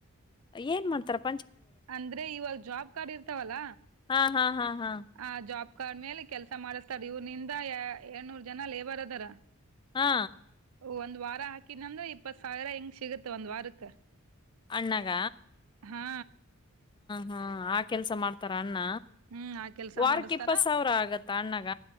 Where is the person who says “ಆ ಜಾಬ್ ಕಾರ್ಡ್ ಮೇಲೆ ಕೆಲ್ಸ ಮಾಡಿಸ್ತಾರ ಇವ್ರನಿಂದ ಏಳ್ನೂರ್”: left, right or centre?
Right